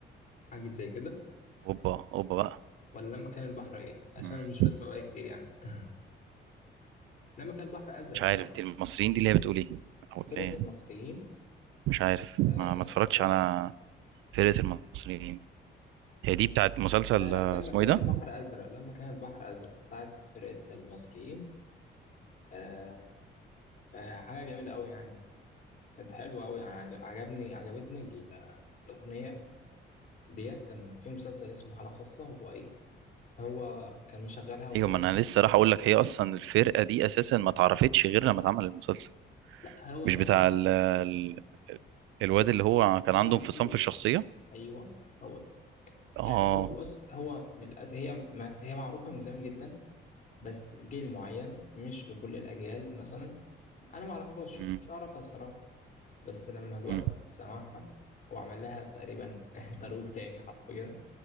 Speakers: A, on the left; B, on the right.
A: حاجه زي كده
B: اوبا اوبا بقى
A: ولا لما كان البحر ايه عشان
B: مم.
A: أنا مش بسمع بقالي كتير يعني <laughs> لما كان البحر ازرق
B: مش
A: صح
B: عارف دي المصريين دي اللي هي بتقول ايه او
A: فرقة
B: اللي هي
A: المصريين
B: مش عارف
A: آه
B: ما, ما اتفرجتش
A: سوا
B: على فرقة المصريين هي دي بتاعت مسلسل
A: لا
B: آه،
A: لا لما
B: اسمه
A: كان
B: ايه ده
A: البحر ازرق لما كان البحر ازرق بتاعت فرقة المصريين آه آه، حاجة جميلة قوي يعني كانت حلوة قوي يعني عجب- عجبني عجبتني ال- الأغنية ديت كان في مسلسل اسمه حالة خاصة هو ايه هو كان مشغلها وكده
B: ايوه ما انا
A: لا
B: لسه راح اقول لك هي اصلا الفرقة دي اساسا ما اتعرفتش غير لما اتعمل المسلسل
A: لا، هو
B: مش
A: متعة
B: بتاع ال... ال... الواد اللي هو كان
A: طه
B: عنده انفصام
A: دسوقي
B: في الشخصية
A: ايوه هو ده
B: اه
A: يعني هو بص هو للأسف هي ما هي معروفة من زمان جدا بس جيل معين مش لكل الأجيال مثلا أنا ما أعرفهاش
B: مم.
A: مش أعرفها الصراحة بس لما الواد
B: مم.
A: سمعها وعمل لها تقريبا <laughs> ترويج تاني حرفيا